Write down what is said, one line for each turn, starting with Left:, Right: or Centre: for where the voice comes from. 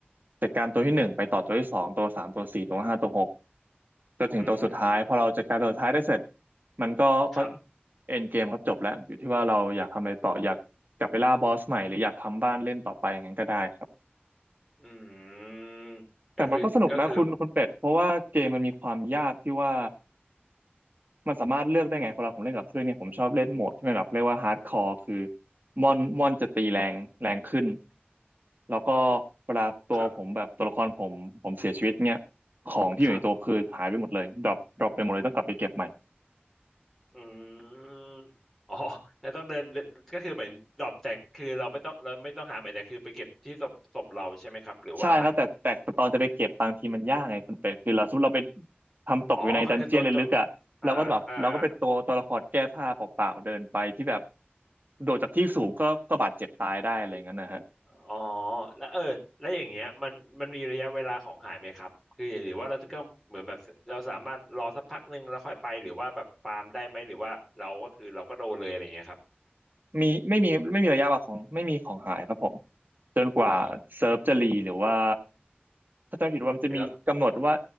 Right: จัดการตัวที่หนึ่งไปต่อตัวที่สองตัวสามตัวสี่ตัวห้าตัวหก จนถึงตัวสุดท้ายพอเราจัดการตัวสุดท้ายได้เสร็จ
Centre: อืม
Right: มันก็ก็
Centre: ครับ
Right: เอ็นเกมก็จบแล้วอยู่ที่ว่าเราอยากทำอะไรต่ออยากกลับไปล่าบอสใหม่หรืออยากทำบ้านเล่นต่อไปอย่างนั้นก็ได้ครับ
Centre: อืมก็คือก็คือ
Right: แต่มันก็สนุกนะคุณคุณเป็ดเพราะว่าเกมมันมีความยากที่ว่ามันสามารถเลือกได้ไงพอเราผมเล่นกับเพื่อนเนี่ยผมชอบเล่นโหมดที่มันแบบเรียกว่าฮาร์ดคอร์คือมอนมอนจะตีแรงแรงขึ้นแล้วก็เวลาตัวผมแบบตัวละครผมผมเสียชีวิตเนี่ยของที่อยู่ในตัวคือหายไปหมดเลยดรอปดรอปไปหมดเลยต้องกลับไปเก็บใหม่
Centre: ครับครับอืมอ๋อแล้วต้องเดินเดินก็คือเหมือนดรอปแต่คือเราไม่ต้องเราไม่ต้องหาใหม่แต่คือไปเก็บที่ศพศพเราใช่ไหมครับหรือว่า
Right: ใช่ครับแต่แต่แต่ตอนจะไปเก็บบางทีมันยากไงคุณเป็ดคือเราสมมติเราไปทำตกอยู่ในดันเจียนลึกๆอ่ะเราก็แบบเราก็เป็นตัวตัวละครแก้ผ้าเปล่าๆเดินไปที่แบบ
Centre: อ๋อก็คือตัวตัวอ่าอ่าอ่าอ่า
Right: โดดจากที่สูงก็ก็บาดเจ็บตายได้อะไรอย่างนั้นนะฮะ
Centre: <laughs> อ๋อแล้วเออแล้วอย่างเงี้ยมันมันมีระยะเวลาของหายไหมครับคือหรือว่าเราจะก็เหมือนแบบเราสามารถรอสักพักหนึ่งแล้วค่อยไปหรือว่าแบบฟาร์มได้ไหมหรือว่าเราก็คือเราก็โดนเลยอะไรเงี้ยครับ
Right: มีไม่มีไม่มีระยะวางของไม่มีของหายครับผมจนกว่าเซิร์ฟจะรีหรือว่า
Centre: อ๋อ
Right: ถ้าจำผิดว่ามันจะมีกำหนดว่า
Centre: หรือรับ